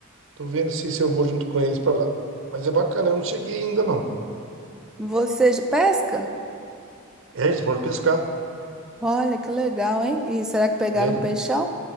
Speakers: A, on the right; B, in the centre.
A: tô vendo se, se eu vou junto com eles pra lá. Mas é bacana, eu não cheguei ainda não.
B: você de pesca?
A: É, eles foram pescar.
B: Olha que legal, hein? E será que pegaram
A: É,
B: um peixão?